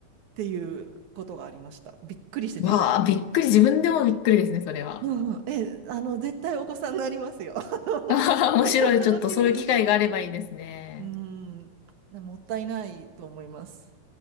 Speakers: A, on the right (about 80°); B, on the left (about 80°).
A: っていうことがありました。びっくりして自分も。
B: ー。わあ、びっくり。自分でもびっくりですね、それは。
A: うんうん、え、あの、絶対お子さんになりますよ。<laughs> あの楽しみに。
B: <laughs> あはは面白い。ちょっとそういう機会があればいいですね。
A: <laughs> うん、もったいないと思います。